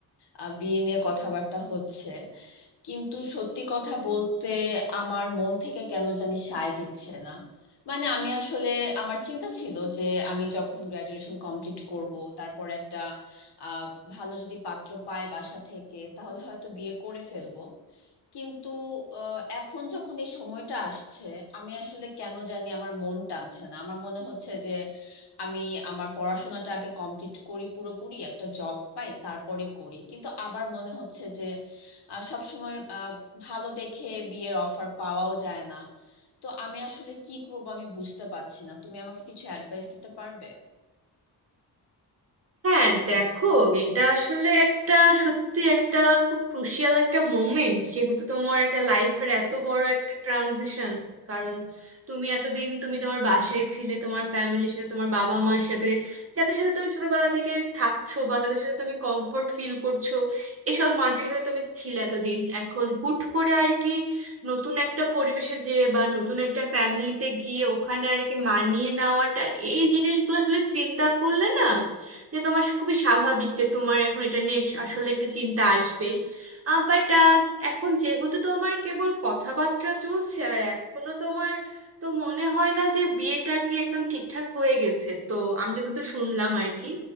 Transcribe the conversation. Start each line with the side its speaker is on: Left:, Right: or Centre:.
Left: আহ, বিয়ে নিয়ে কথাবার্তা হচ্ছে কিন্তু সত্যি কথা বলতে আমার মন থেকে কেন জানি সায় দিচ্ছে না মানে আমি আসলে আমার চিন্তা ছিল যে আমি যখন গ্রাজুয়েশন কমপ্লিট করব তারপর একটা আহ, ভালো যদি পাত্র পায় বাসা থেকে তাহলে হয়তো বিয়ে করে ফেলবো কিন্তু আহ, এখন যখন এই সময়টা আসছে আমি আসলে কেন জানি আমার মন টানছে না আমার মনে হচ্ছে যে আমি আমার পড়াশোনাটা আগে কমপ্লিট করি পুরোপুরি একটা জব পাই তারপরে করি কিন্তু আবার মনে হচ্ছে আহ সবসময় আহ ভালো দেখে বিয়ের অফার পাওয়াও যায় না তো আমি আসলে কি করব আমি বুঝতে পারছি না তুমি আমাকে কিছু অ্যাডভাইস দিতে পারবে
Right: হ্যাঁ দেখো এটা আসলে একটা সত্যি একটা খুব ক্রুশিয়াল একটা মোমেন্ট যেহেতু তোমার একটা লাইফের এত বড় একটা ট্রানজিশন কারণ তুমি এতদিন তুমি তোমার বাসায় ছিলে তোমার ফ্যামিলির সাথে তোমার বাবা মার সাথে যাদের সাথে তুমি ছোটবেলা থেকে থাকছো বা যাদের সাথে তুমি কমফোর্ট ফিল করছো এসব মানুষের সাথে তুমি ছিলে এতদিন এখন হুট করে আর কি নতুন একটা পরিবেশে যেয়ে বা নতুন একটা ফ্যামিলিতে গিয়ে ওখানে আর কি মানিয়ে নেওয়াটা এই জিনিসগুলো আসলে চিন্তা করলে না যে তোমার খুবই স্বাভাবিক যে তোমার এখন এটা নিয়ে আসলে একটু চিন্তা আসবেই বাট এখন যেহেতু তোমার কেবল কথাবার্তা চলছে আর এখনো তোমার তো মনে হয় না যে বিয়েটা কি একদম ঠিকঠাক হয়ে গেছে তো আমি যতদূর শুনলাম আর কি